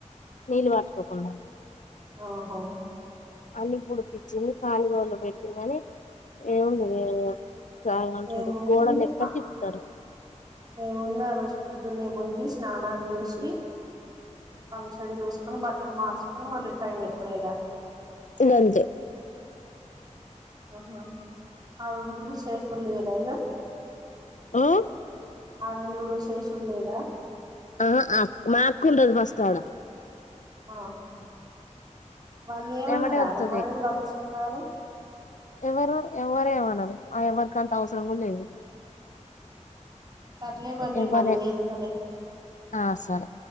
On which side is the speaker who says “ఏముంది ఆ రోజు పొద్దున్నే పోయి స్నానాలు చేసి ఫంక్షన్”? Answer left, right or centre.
Right